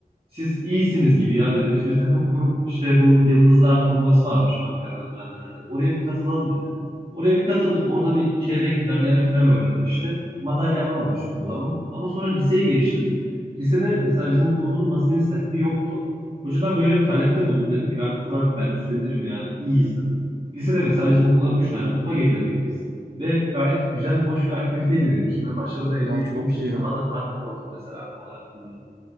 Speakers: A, on the right; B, on the right.
A: siz iyisiniz gibi ya dedi. Biz bir takım kurup işte bu Yıldızlar turnuvası varmış Ankara'da düzenlenen dedi. Oraya bir katılalım dedi. Oraya bir katıldık. Orada bir çeyrek final, yarı final oynadık işte. Madalya alamamıştık o zaman. Ama sonra liseye geçtim. Lisede mesela bizim okulumuzun masa tenisi takımı yoktu. Hocadan böyle bir talepte bulundum. Dedim ki ben kurarım, ben üstlenirim yani. İyiyiz dedim. Lisede mesela bizim okula 3 tane kupa getirdik biz. Ve gayet güzel, hoş bir aktiviteydi benim için. Ve başarı da elde
B: Aa,
A: ettiğim
B: çok
A: için
B: iyi.
A: daha da tatmin oldum mesela bu konu hakkında.